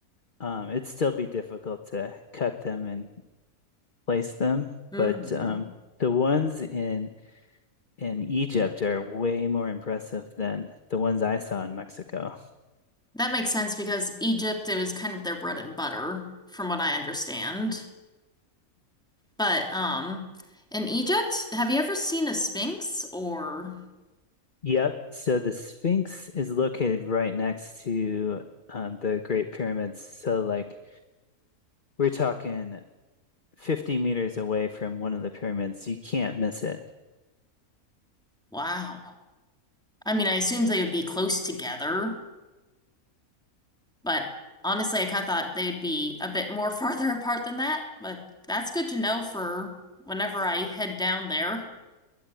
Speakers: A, on the left; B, in the centre.
A: Um, it'd still be difficult to cut them and place them,
B: hmm
A: but um, the ones in in Egypt are way more impressive than the ones I saw in Mexico.
B: That makes sense because Egypt, it was kind of their bread and butter, from what I understand. But um in Egypt, have you ever seen a Sphinx or
A: Yep. So the Sphinx is located right next to um, the Great Pyramids. So, like, we're talking 50 meters away from one of the pyramids. You can't miss it.
B: wow. I mean, I assumed they would be close together, but honestly, I kind of thought they'd be a bit more <laughs> farther apart than that, but that's good to know for whenever I head down there.